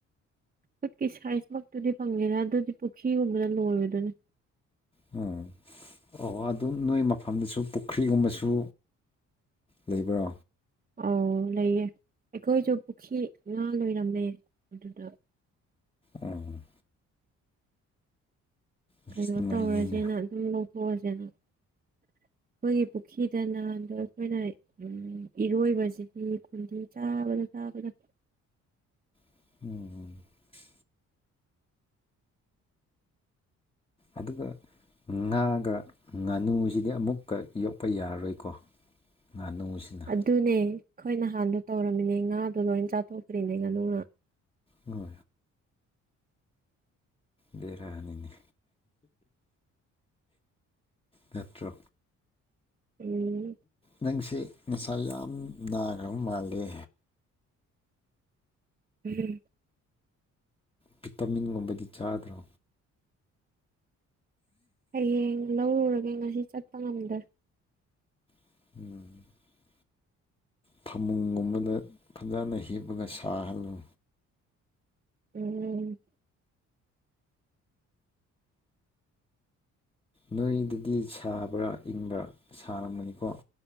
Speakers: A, on the right (about 30°); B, on the left (about 20°).
A: ꯈꯨꯠꯀꯤ ꯁꯥꯏꯖꯃꯛꯇꯨꯗꯤ ꯐꯪꯉꯦꯅ ꯑꯗꯨꯗꯤ ꯄꯨꯈ꯭ꯔꯤꯒꯨꯝꯕꯗ ꯂꯣꯏꯔꯣꯏꯗꯅꯦ
B: ꯎꯝ ꯑꯣ ꯑꯗꯨꯝ ꯅꯣꯏ ꯃꯐꯝꯗꯁꯨ ꯄꯨꯈ꯭ꯔꯤꯒꯨꯝꯕꯁꯨ ꯂꯩꯕ꯭ꯔꯥ
A: ꯑꯣ ꯂꯩꯌꯦꯦ ꯑꯩꯈꯣꯏꯁꯨ ꯄꯨꯈ꯭ꯔꯤ ꯉꯥ ꯂꯣꯏꯔꯝꯃꯦ ꯑꯗꯨꯗ
B: ꯎꯝ ꯑꯁ
A: ꯀꯩꯅꯣ
B: ꯅꯨꯡꯉꯥꯏꯅꯤꯅꯦ
A: ꯇꯧꯔꯁꯦꯅ ꯑꯗꯨꯝ ꯂꯧꯊꯣꯛꯑꯁꯦꯅ ꯑꯩꯈꯣꯏꯒꯤ ꯄꯨꯈ꯭ꯔꯤꯗꯅꯗꯣ ꯑꯩꯈꯣꯏꯅ ꯏꯔꯣꯏꯕꯁꯤꯗꯤ ꯈꯨꯟꯗꯤ ꯆꯥꯕꯗ ꯇꯕꯗ
B: ꯎꯝꯝ ꯑꯗꯨꯒ ꯉꯥꯒ ꯉꯥꯅꯨꯁꯤꯗꯤ ꯑꯃꯨꯛꯀ ꯌꯣꯛꯄ ꯌꯥꯔꯔꯣꯏꯀꯣ ꯉꯥꯅꯨꯁꯤꯅ
A: ꯑꯗꯨꯅꯦ ꯑꯩꯈꯣꯏ ꯅꯍꯥꯟꯗꯣ ꯇꯧꯔꯝꯃꯤꯅꯦ ꯉꯥꯗꯣ ꯂꯣꯏ ꯆꯥꯊꯣꯛꯈ꯭ꯔꯤꯅꯦ ꯉꯥꯅꯨꯅ
B: ꯃꯣꯏ ꯂꯩꯔ ꯍꯅꯤꯅꯤ ꯅꯦꯇ꯭ꯔ
A: ꯎꯝ
B: ꯅꯪꯁꯦ ꯉꯁꯥ ꯌꯥꯝ ꯅꯥꯈ꯭ꯔꯕ ꯃꯥꯜꯂꯤ
A: ꯎꯝ
B: ꯚꯤꯇꯥꯃꯤꯟꯒꯨꯝꯕꯗꯤ ꯆꯥꯗ꯭ꯔꯣ
A: ꯍꯌꯦꯡ ꯂꯧꯔꯨꯔꯒꯦ ꯉꯁꯤ ꯆꯠꯄ ꯉꯝꯗ꯭ꯔꯦ
B: ꯎꯝ ꯐꯃꯨꯡꯒꯨꯝꯕꯗ ꯐꯖꯅ ꯍꯤꯞꯄꯒ ꯁꯥꯍꯜꯂꯨ
A: ꯎꯝ
B: ꯅꯣꯏꯗꯨꯗꯤ ꯁꯥꯕ꯭ꯔꯥ ꯏꯪꯕ꯭ꯔꯥ ꯁꯥꯔꯕꯅꯤꯀꯣ